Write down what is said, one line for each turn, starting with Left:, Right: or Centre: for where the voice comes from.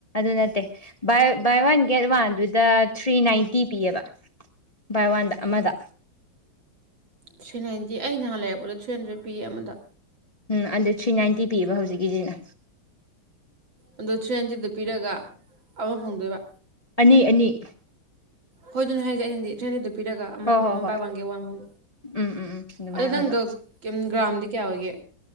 Left: ꯑꯗꯨ ꯅꯠꯇꯦ ꯕꯥꯢ ꯕꯥꯢ ꯋꯥꯟ ꯒꯦꯠ ꯋꯥꯟꯗꯨꯗ ꯊ꯭ꯔꯤ ꯅꯥꯏꯟꯇꯤ ꯄꯤꯑꯕ ꯕꯥꯏ ꯋꯥꯟꯗ ꯑꯃꯗ
Right: ꯊ꯭ꯔꯤ ꯅꯥꯏꯟꯇꯤ ꯑꯩ ꯅꯍꯥꯟ ꯂꯩꯔꯛꯄꯗ ꯊ꯭ꯔꯤ ꯍꯟꯗ꯭ꯔꯦꯠ ꯄꯤ ꯑꯃꯗ
Left: ꯎꯝ ꯑꯗꯨ ꯊ꯭ꯔꯤ ꯅꯥꯏꯟꯇꯤ ꯄꯤꯌꯦꯕ ꯍꯧꯖꯤꯛꯀꯤꯁꯤꯅ
Right: ꯑꯗꯣ ꯊ꯭ꯔꯤ ꯍꯟꯗꯔꯤꯠꯇ ꯄꯤꯔꯒ ꯑꯃ ꯐꯪꯗꯣꯏꯕ
Left: ꯑꯅꯤ ꯑꯅꯤ
Right: ꯍꯣꯏ ꯑꯗꯨꯅꯦ ꯍꯥꯏꯖꯦ ꯑꯩꯅꯗꯤ ꯊꯔꯤ ꯍꯟꯗꯠꯇ ꯄꯤꯔꯒ ꯑꯃ
Left: ꯍꯣꯏ ꯍꯣꯏ
Right: ꯑꯃ
Left: ꯍꯣꯏ
Right: ꯕꯥꯏ ꯋꯥꯟ ꯒꯦꯠꯋꯥꯟ ꯐꯥꯎ
Left: ꯎꯝ ꯎꯝ ꯎꯝ ꯑꯗꯨꯃꯥꯏꯅ
Right: ꯑꯗꯣ ꯅꯪꯗꯣ
Left: ꯑꯣꯏꯕ
Right: ꯭ꯔꯥꯝꯗꯤ ꯀꯌꯥ ꯑꯣꯏꯒꯦ